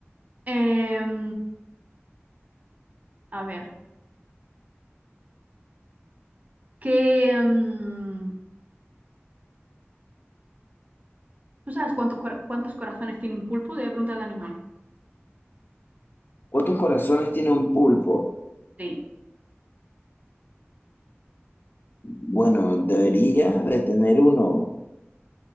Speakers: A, on the right; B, on the left.
A: Em, a ver, ¿qué, em, ¿tú sabes cuántos, cora- cuántos corazones tiene un pulpo? Te voy a preguntar de animal.
B: ¿Cuántos corazones tiene un pulpo?
A: Sí,
B: Bueno, debería de tener uno.